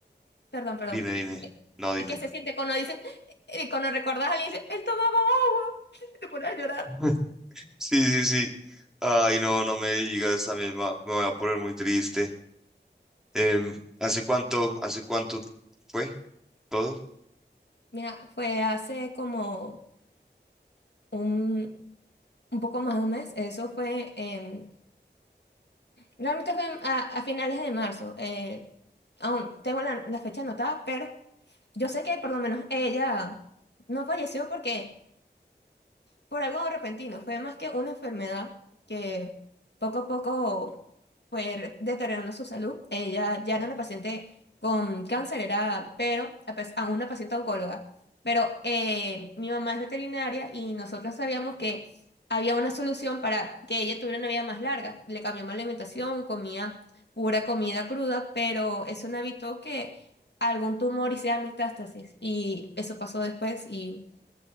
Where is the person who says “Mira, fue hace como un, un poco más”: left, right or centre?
Left